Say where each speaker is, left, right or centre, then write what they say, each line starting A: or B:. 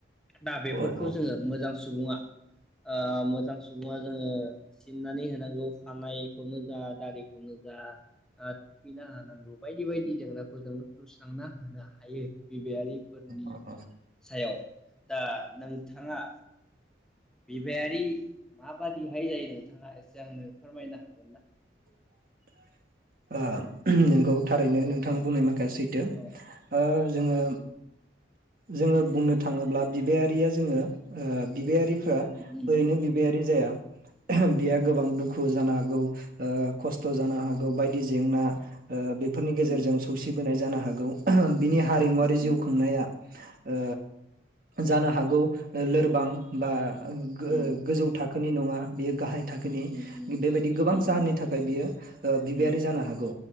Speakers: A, in the centre; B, on the right.
A: दा बेफोरखौ
B: औ
A: जोङो मोजां स सुबुङा ओ मोजां सुबुङा जोङो सिननानै होनांगौ खानायखौनो जा दारिखौनो जा ओ थुखैना होनांगौ बायदि बायदि जेंनाखौ जों सुस्रांना होनो हायो । बिबायारिफोरनि
B: औ औ
A: सायाव । दा नोंथाङा बिबायारि माबादिहाय जायो नोंथाङा एसे आंनो फोरमायनो हागोन ना?
B: <unintelligible> <unintelligible> नोंगौ थारैनो
A: औ
B: नोंथां
A: औ
B: बुंनाय माखाया सैथो
A: औ
B: ओ जोङो
A: औ
B: जोङो बुंनो थाङोब्ला बिबायारिया ज जोङो ओ बिबायारिफ्रा
A: उम उम
B: ओरैनो बिबायारि जाया <unintelligible> बिया गोबां दुखु जानो हागौ ओ खस्त' जानो हागौ बायदि जेंना ओ बेफोरनि गेजेरजों
A: उम
B: सौसिबोनाय ज जानो हागौ <unintelligible> बिनि हारिमुवारि जिउ
A: उम
B: खांनाया
A: उम
B: ओ जानो हागौ ओ लोरबां बा <unintelligible>
A: उम
B: गोजौ था खोनि नङा बेयो गाहाय थाखोनि
A: उम उम
B: बेबायदि गोबां
A: उम
B: स जाहोननि थाखाय बियो ओ बिबायारि
A: उम उम
B: जानो हागौ